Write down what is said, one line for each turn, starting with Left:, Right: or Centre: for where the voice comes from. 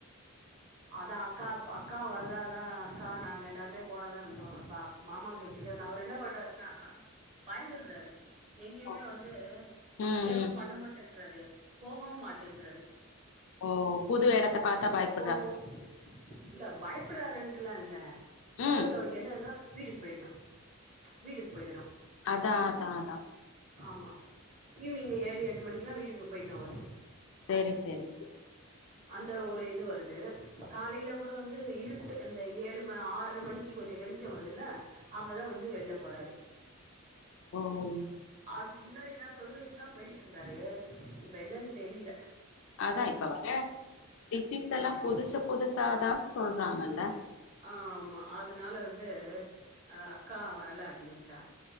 Right: அதா அக்கா அக்கா வரதாதா அக்கா நாங்க எல்லாருமே போலாதா இருந்தோ இப்ப மாமாக்கு இப்டி தா அவரு என்ன பண்றாருன்னா பயந்துட்றாரு எங்கெயுமே
Left: ஓ
Right: வந்து
Left: ம்
Right: ஸ்டேவு
Left: ம்
Right: பண்ண மாட்ரேன்றாரு போகவு மாட்ரேன்றாரு
Left: ஓ புது எடத்த பாத்தா பயப்
Right: போகு இல பயப்பட்றாருன் பில்லா இல்ல அதாவுது
Left: ம்
Right: அவருக்கு என்னேனா வீட்டுக் பொய்ட்ணு வீட்டுக் பொயிடணு
Left: அதா அதா அதா
Right: ஆமா ஈவினிங்கு ஏழு எட்டு மணிக்லா வீட்டுக்கு பொய்ட்னு அவர்க்கு
Left: சேரி செரி செர்
Right: அந்த ஒரு இது வருது காலைல கூட வந்து இருட்டு அந்த ஏழு ம ஆர்ற மணிக்கு கொஞ்சொ வெளிச்ச வர் துல அப்பதா வந்து வெள்லப் போறாரு
Left: வவ்
Right: அதுக் முன்னாடி நா தொழுவைக்லா பொய்ட்ருந்தாரு இப்ப என்னன் தெரிய்ல
Left: அதா இப்ப வர ஜெஸ்டிஸ் எலா
Right: ஆமா
Left: புதுசு புதுசாதா சொல்றாங்கல்ல
Right: ஆ ஆமா அதுனால வந்து அ அக்கா வரல அப்டின்ட்டா